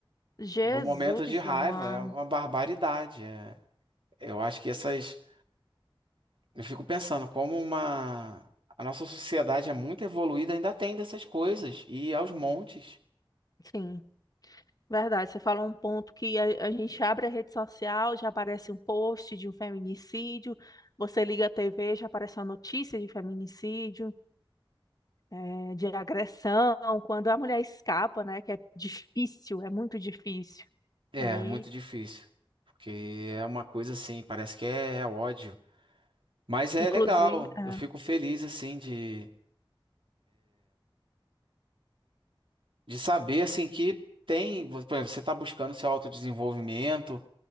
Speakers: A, on the left; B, on the right.
A: Jesus,
B: Num momento de raiva,
A: mano.
B: é uma barbaridade. é. eu acho que essas. Eu fico pensando como uma. A nossa sociedade é muito evoluída, ainda tem dessas coisas, e aos montes.
A: Sim. Verdade, você falou um ponto que a, a gente abre a rede social, já aparece um post de um feminicídio, você liga a TV, já aparece uma notícia de feminicídio, eh, de agressão, quando a mulher escapa, né, que é difícil, é muito difícil.
B: É,
A: E,
B: muito difícil. Porque é uma coisa assim, parece que é, ódio. Mas é
A: inclusive,
B: legal,
A: é,
B: eu fico feliz assim de de saber assim que tem, por exemplo, você está buscando seu autodesenvolvimento,